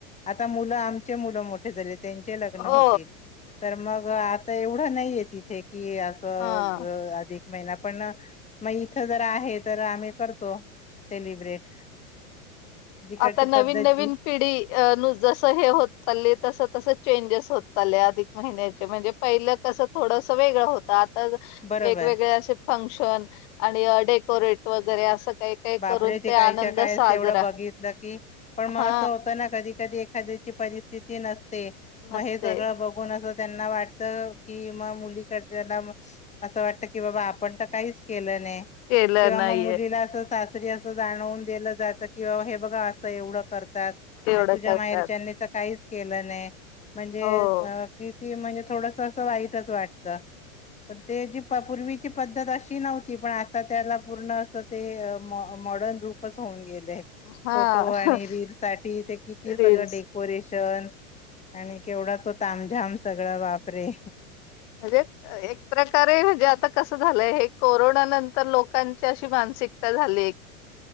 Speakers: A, on the left; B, on the left.
A: आता मुलं आमचे मुलं मोठे झाले त्यांचे लग्न
B: हो
A: होतील तर मग आता एवढं नाहीये तिथे कि असं
B: हा
A: एक महिना पण मग इथं जर आहे तर आम्ही करतो सेलिब्रेट जिकडची
B: आता नवीन
A: पद्धत
B: नवीन
A: जी
B: पिडी नु जस हे होत चालली तस तस चेंजेस होत चालल्यात महि्या म्हणजे पहिलं कस थोडस वेगळं होत आता
A: बरोबर
B: वेगवेगळे असे फंक्शन आणि डेकोरेट वगैरे असं काही काही
A: बाबरेचे
B: करून ते
A: कायच्या
B: आनंद
A: काय
B: साजरा
A: तेवढं बघित की पण मग
B: हा
A: असं होत ना कधी कधी एखाद्याची परिस्थिती नस ते मग
B: नसते
A: हे सगळं बघून असं त्यांना वाटत कि मग मुलीकडला असं वाटत की बाबा आपण तर काहीच केलं नाही
B: केलं
A: किंवा
B: नाहीये
A: मग मुलीला अस सासरी असं जाणवून दिलं जायातं किं हे बघा असं एवढं करत
B: एवढं
A: तुझ्या
B: करतात
A: माहेरच्यानी काहीच केलं नाही म्हणजे
B: हो
A: किती म्हणजे थोडस असं वाईटच वाटतं पण ते जी पूर्वीची पद्धत अशी नव्हती पण आता त्याला पूर्ण असं ते मॉडर्न रूपच होऊन गेले
B: हा
A: फोटो आणि रील साठी ते किती सगळ
B: रील्स
A: डेकोरेशन आणि केवढा तो तामझाम सगळा बापरे
B: अे एक एक प्रकारे म्हणजे आता कसं झालंय हे कोरोना नंतर लोकांची अशी मानसिकता झाली एक